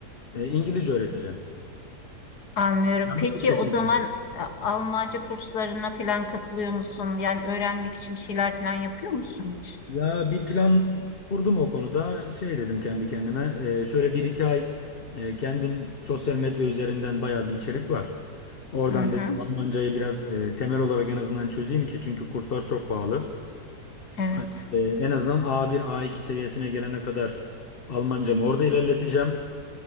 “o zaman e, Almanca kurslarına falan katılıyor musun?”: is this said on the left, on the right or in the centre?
Left